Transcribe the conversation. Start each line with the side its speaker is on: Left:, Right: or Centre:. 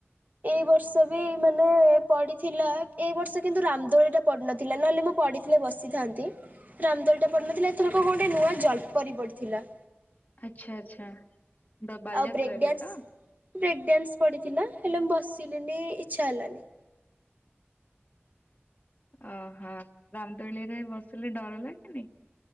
Right: ଏଇ ବର୍ଷ ବି ମାନେ ପଡ଼ିଥିଲା ଏ ବର୍ଷ କିନ୍ତୁ ରାମଦୋଳିଟା ପଡ଼ିନଥିଲା ନହେଲେ ମୁଁ ପଡ଼ିଥିଲେ ବସିଥାନ୍ତି। ରାମଦୋଳି ଟା ପଡ଼ିନଥିଲା ଏଥର ଗୋଟେ ନୂଆ ଜଲ୍ ପରି ପଡିଥିଲା।
Left: ଆଚ୍ଛା ଆଚ୍ଛା। ଦ ବାଲିଯାତ୍ରାରେ
Right: ଆଉ ବ୍ରେକ୍ ଡ୍ୟାନ୍ସ
Left: ତ
Right: ବ୍ରେକ୍ ଡ୍ୟାନ୍ସ ପଡ଼ିଥିଲା ହେଲେ ମୁଁ ବସିଲିନି ଇଚ୍ଛା ହେଲାନି।
Left: ଓହୋ ରାମଦୋଳି ରେ ବସିଲେ ଡର ଲାଗେନି?